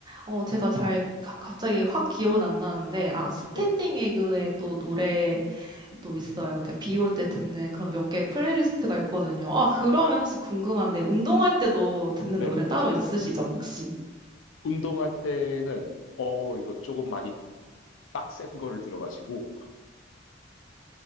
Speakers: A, on the right (about 20°); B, on the left (about 75°).
A: 어, 제가 잘, 가- 갑자기 확 기억은 안 나는데, 아, 스탠딩
B: 네.
A: 에그의 또 노래도
B: 음,
A: 있어요. 비 올 때 듣는 그런 몇 개 플레이리스트가
B: 네.
A: 있거든요. 아, 그러면 혹시 궁금한데, 운동할 때도 듣는
B: 네네.
A: 노래 따로 있으시죠, 혹시?
B: 운동할 때는 어 이거 조금 많이 빡센 거를 들어가시고